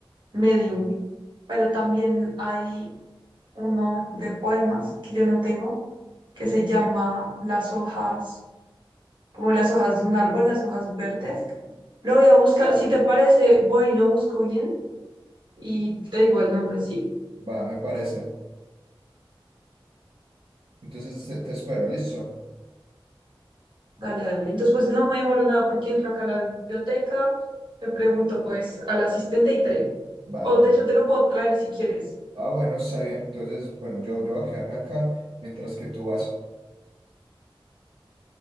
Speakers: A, on the right (about 60°); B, on the right (about 80°).
A: Medium, pero también hay uno de poemas que yo no tengo, que se llama Las hojas, como las hojas de un árbol, las hojas verdes. Lo voy a buscar, si te parece, voy y lo busco bien y te digo el nombre, ¿sí?
B: Va, me parece. Entonces te, te espero, ¿listo?
A: Dale, dale. Entonces, pues no me demoro nada porque entro acá a la biblioteca, le pregunto pues al asistente y te digo.
B: Va,
A: O
B: de una.
A: de hecho te lo puedo traer si quieres.
B: Ah, bueno, está bien. Entonces, bueno, yo, yo voy a quedarme acá mientras que tú vas.